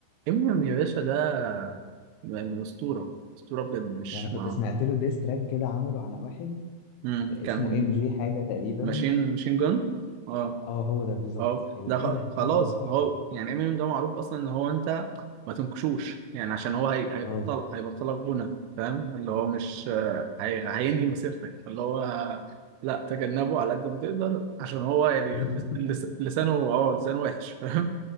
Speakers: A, on the right; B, on the left.
A: امينيم يا باشا ده يعني اسطوره اسطوره بجد مش
B: يعني كنت
A: مع
B: سمعت له ديس تراك كده عمله على واحد
A: مم.
B: اسمه
A: كان
B: ام جي حاجه تقريبا
A: ماشين ماشين جون اه
B: اه هو ده بالظبط
A: اه
B: ال-
A: ده خ-
B: ايه ده
A: خلاص
B: ايه ده تحفه
A: هو يعني امينيم ده معروف اصلا ان هو انت ما تنكشوش يعني عشان هو هي... هيبطل
B: اه
A: هيبطلك غنى فاهم اللي هو مش آه، هي... هينهي مسيرتك اللي هو آه، لا تجنبه على قد ما تقدر عشان هو يعني
B: <laughs>
A: لس... لس- لسانه اه لسانه وحش فاهم